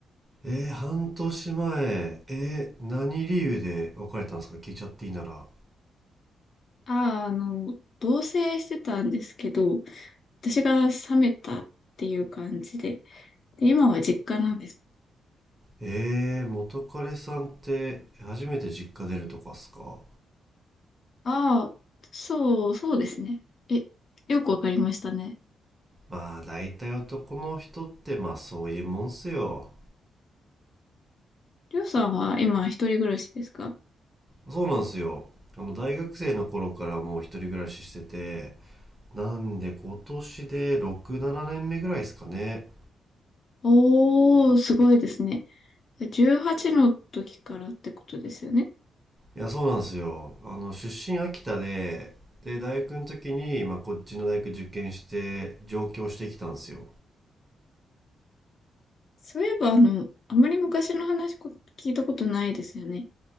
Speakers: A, on the right; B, on the left.
A: えー、半年前、えー、何理由で別れたんですか聞いちゃっていいなら。
B: あ、の、同棲してたんですけど、私が冷めたっていう感じで、で今は実家なんです。
A: えー、元彼さんって初めて実家出るとかっすか
B: ああ、そう、そうですね。え、よくわかりましたね。
A: まあ大体男の人ってまあそういうもんっすよ。
B: りょうさんは今一人暮らしですか
A: そうなんすよ。あの大学生の頃からもう一人暮らししてて、なんで今年で6、7年目ぐらいですかね。
B: おー、すごいですね。18の時からってことですよね。
A: いやそうなんすよ。あの出身秋田で、で大学の時にまあこっちの大学受験して上京してきたんですよ。
B: そういえば、あの、あまり昔の話こ聞いたことないですよね。